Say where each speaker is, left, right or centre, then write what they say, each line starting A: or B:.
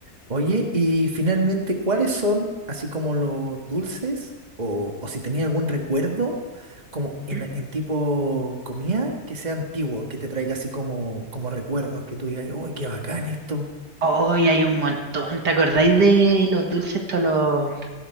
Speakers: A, on the right (about 25°); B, on the right (about 70°).
A: Oye, y finalmente, ¿cuáles son, así como los dulces, o, o si tenía algún recuerdo, como en,
B: ¿Mm?
A: en tipo comida, que sea antiguo, que te traiga así como, como recuerdos, que tú digas, ¡ay, qué bacán esto!
B: Hoy hay un montón. ¿Te acordáis de los dulces, estos, los,